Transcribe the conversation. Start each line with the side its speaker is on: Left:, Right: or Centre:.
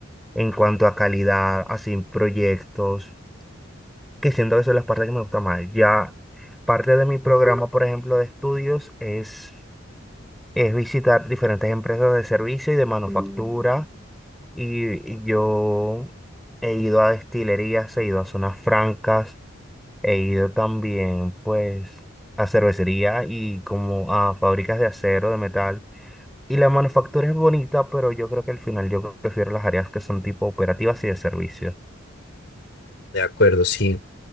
Centre: en cuanto a calidad, así proyectos, que siento que son las partes que me gusta más. Ya parte de mi programa, por ejemplo, de estudios es, es visitar diferentes empresas de servicio y de manufactura y, y yo he ido a destilerías, he ido a zonas francas, He ido también, pues, a cervecería y como a fábricas de acero, de metal. Y la manufactura es bonita, pero yo creo que al final yo prefiero las áreas que son tipo operativas y de servicio.
Left: De acuerdo, sí.